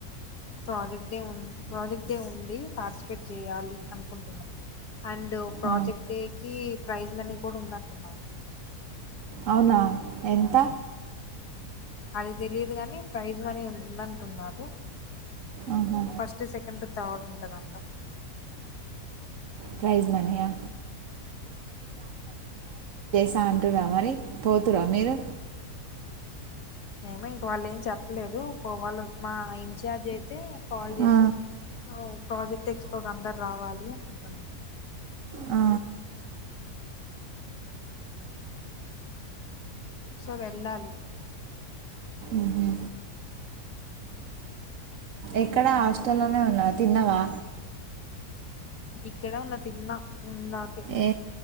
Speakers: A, on the left; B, on the right.
A: ప్రాజెక్ట్ డే ఉ ప్రాజెక్ట్ డే ఉంది పార్టిసిపేట్ చేయాలి అనుకుంటున్నాం అండ్ ప్రాజెక్ట్
B: ఆ,
A: డే కీ ప్రైజ్ మనీ కూడా ఉందంటున్నరు
B: అవునా ఎంత
A: అది తెలియదు గాని ప్రైజ్ మనీ ఉందంటున్నారు
B: ఆహా.
A: ఫస్ట్ సెకండ్ తాడ్ పెట్టదంట
B: ప్రైజ్ మనీయా త అంటురా మరి పోతురా మీరు
A: ఏమో ఇంక వాళ్ళు ఏం చెప్పలేదు పోవాళ్ళ మా ఇన్ఛార్జ్ అయితే కాల్ చేసి
B: ఆ,
A: ఒ ప్రాజెక్ట్ ఎక్స్పో అందరు రావాలి ఇంట్లన్
B: ఆ
A: సో వెళ్ళాలి
B: ఉహు ఎక్కడ హాస్టల్లో లోనే ఉన్నావా తిన్నవా
A: ఇక్కడే ఉన్న తిన్నా ఇందాకే
B: ఏ